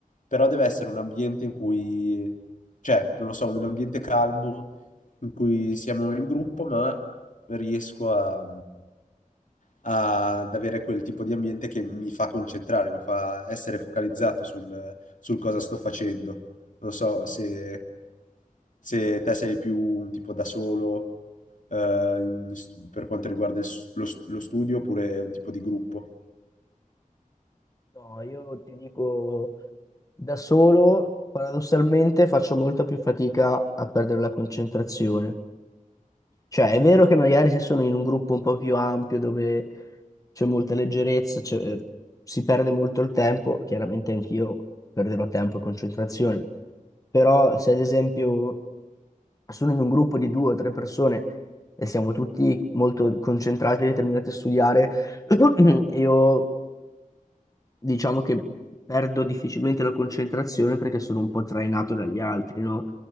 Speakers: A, on the left; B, on the left.
A: però deve essere un ambiente in cui, cioè, non lo so, un ambiente calmo in cui siamo in gruppo, ma riesco a ad avere quel tipo di ambiente che mi fa concentrare, mi fa essere focalizzato sul, sul cosa sto facendo. Non so se, se te sei più un tipo da solo, eh, in- per quanto riguarda il s- lo, lo studio, oppure un tipo di gruppo.
B: No, io ti dico, da solo, paradossalmente, faccio molta più fatica a perdere la concentrazione. Cioè, è vero che magari se sono in un gruppo un po' più ampio, dove c'è molta leggerezza, c'è- eh, si perde molto il tempo, chiaramente anch'io perderò tempo e concentrazione, però se ad esempio sono in un gruppo di due o tre persone e siamo tutti molto concentrati e determinati a studiare, <clears throat> io diciamo che perdo difficilmente la concentrazione perché sono un po' trainato dagli altri, no?